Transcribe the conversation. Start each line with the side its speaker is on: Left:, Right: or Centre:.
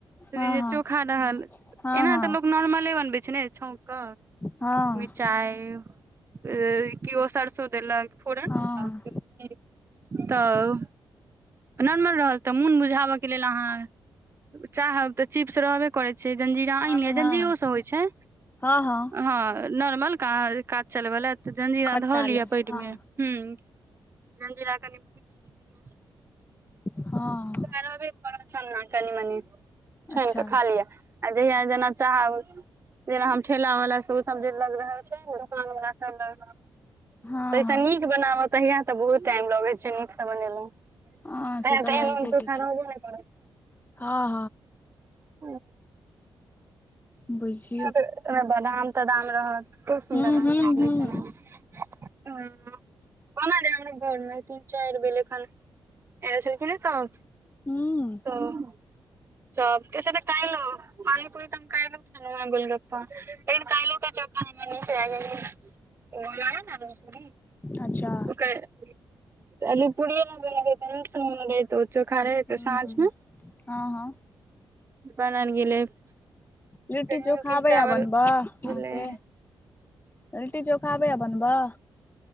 Right: तभी
Left: हँ
Right: जे
Left: हँ
Right: चोखा रहल
Left: हँ
Right: एना तऽ लोक नॉर्मले बनबै छै ने छौंक क।
Left: हँ
Right: मिरचाय ए कियो सरसों देलक फोरन
Left: हँ हँ
Right: <unintelligible> तऽ नॉर्मल रहल तऽ मुन बुझाबा के लेल अहाँ चाहब तऽ चिप्स रहबे करै छै, जलजीरा
Left: हँ
Right: आन लियो,
Left: हँ
Right: जलजीरो से होय छै,
Left: हँ हँ
Right: हां। ए नॉर्मल का काज चलबै ले त जलजीरा
Left: खट्टा
Right: धऽ
Left: लए
Right: लिअ पेट
Left: हँ
Right: मे। हूँ जलजीरा कनि बुकनी कनि
Left: हँ।
Right: आ रहबे करत सन्ना कनि-मनि
Left: अच्छा
Right: छइन कऽ खा लिअ। आ जहिया जेना चाहब जेना हम ठेला वला सब ओ सब जे लग रहै छै ओ दुकान वला सब लग रह
Left: हँ
Right: तैय
Left: हँ
Right: स नीक बनाब तहिया तऽ बहुत टाइम लगै छै नीक स बनेलौं। तहिया
Left: हँ से
Right: तऽ
Left: लगे
Right: एहन ओहन
Left: जे
Right: चोखा
Left: छै
Right: रहबो नैय करै छै
Left: हँ
Right: <unintelligible>
Left: बुइझ
Right: मरा त ओयमे बदाम-तदाम रहत खूब सुन्दर
Left: हूँ
Right: लागत
Left: हूँ
Right: काबुली
Left: हूँ
Right: चना। हं। बनल है हमरो घरमे तीन-चाइर बेल एखन एल छेलखिनैं तऽ
Left: हूं
Right: तऽ चॉप के से तऽ काइलो पानी-पुरी तऽ हम काइलो खेलौं हैं गोलगप्पा। लेकिन काइलो के चोखा हमरा नीक लागल ये। एगो लाही न आरो पुरी।
Left: अच्छा।
Right: तऽ तऽ आलु पूरिये लै बनबै तऽ नीक स बनेबै तऽ ओ चोखा रहै
Left: हूँ
Right: तऽ साँझ ह्म
Left: हँ हँ।
Right: बनल गेलै फेर
Left: लिट्टी चोखा
Right: नीमकीन
Left: आबैया
Right: चावल
Left: बनबऽ अहाँके
Right: भेलै।
Left: लिट्टी चोखा आबैया बनबऽ?